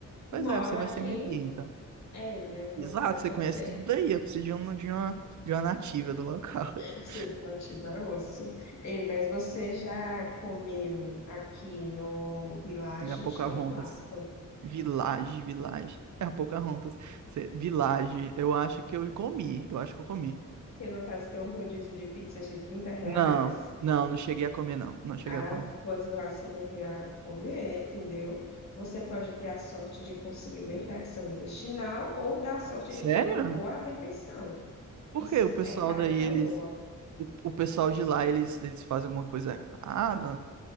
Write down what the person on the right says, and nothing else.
pois
é, você vai
ser minha guia, então.
Exato,
você
conhece tudo daí, eu preciso de uma, de uma, de uma nativa do local.
<laughs>
Minha Pocahontas,
Village, Village. É a Pocahontas. Você- Village, eu acho que eu comi, eu acho que eu comi.
Não, não, não cheguei a comer, não. Não cheguei
a comer.
Sério?
Por
que o pessoal
daí, eles.
O, o pessoal de lá, eles, eles fazem alguma coisa errada?